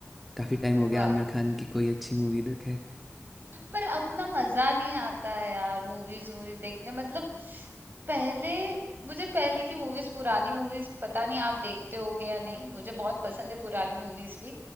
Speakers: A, in the centre; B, on the right.
A: काफ़ी टाइम हो गया
B: वाह
A: आमिर खान की कोई अच्छी मूवी देखे
B: पर अब ना मजा नहीं आता है यार मूवीज वूवीज देखने मतलब पहले मुझे पहले की मूवीज पुरानी मूवीज पता नहीं आप देखते होगे या नहीं मुझे बहुत पसंद है पुरानी मूवीज भी